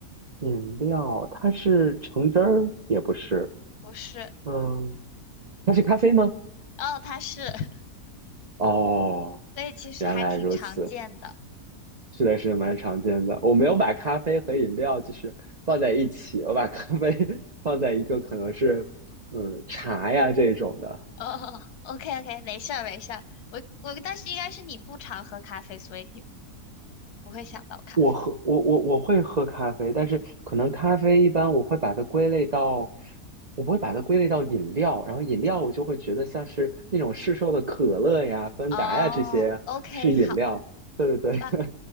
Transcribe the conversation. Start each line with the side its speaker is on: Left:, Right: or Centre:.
Right: 饮料，它是橙汁儿，也不是。
Left: 不是
Right: 嗯，它是咖啡吗？
Left: 哦，他是，<laughs>
Right: 哦，
Left: 所以其实还挺常见的。
Right: 原来如此，是的，是蛮常见的。我没有把咖啡和饮料就是放在一起，我把咖啡 <laughs> 放在一个可能是嗯茶呀这种的。
Left: 哦，OK OK，没事儿没事儿，我我但是应该是你不常喝咖啡，所以你不会想到咖啡。
Right: 我喝我我我会喝咖啡，但是可能咖啡一般我会把它归类到，我不会把它归类到饮料，然后饮料我就会觉得像是那种市售的可乐呀、芬达呀这些是饮料。
Left: 哦，OK，好
Right: 对对对。
Left: 吧，